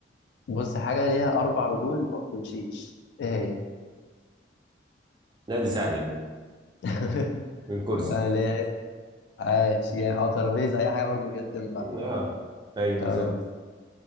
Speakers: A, on the left; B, on the right.
A: بص حاجه ليها اربع رجول وما بتمشيش ايه هي
B: لا دي سهلة دي
A: <laughs>
B: الكرسي
A: تمام اللي هي ايه عاش يعني او ترابيزه اي حاجه برضه كده تنفع
B: اه ايوه
A: تمام
B: بالظبط